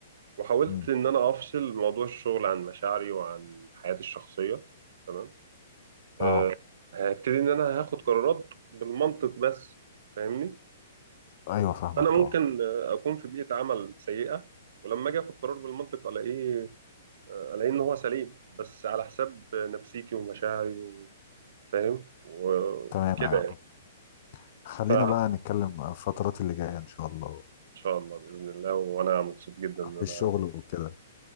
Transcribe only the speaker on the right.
وحاولت
إن أنا أفصل موضوع الشغل عن مشاعري وعن حياتي الشخصية تمام
آه، هبتدي إن أنا هاخد قرارات بالمنطق بس فاهمني
انا ممكن
آه، اكون في بيئه عمل سيئه ولما اجي اخد قرار بالمنطق الاقيه آه، الاقيه ان هو سليم بس على حساب نفسيتي ومشاعري وفاهم و-
وكده
يعني
فان
شاء الله باذن الله وانا مبسوط جدا ان
انا